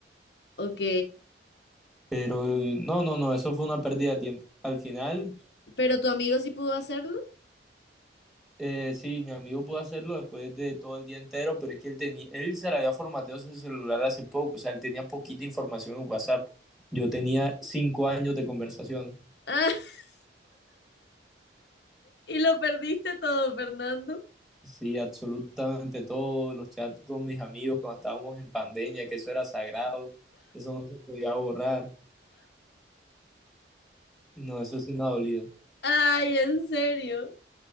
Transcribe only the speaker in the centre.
Pero eh, no, no, no, eso fue una pérdida de tiempo. Al final,
eh, sí, mi amigo pudo hacerlo después de todo el día entero, pero es que él tenía, él se le había formateado su celular hace poco, o sea, él tenía poquita información en WhatsApp. Yo tenía cinco años de conversaciones.
Sí, absolutamente todos los chats con mis amigos cuando estábamos en pandemia, que eso era sagrado, eso no se podía borrar. No, eso sí me ha dolido.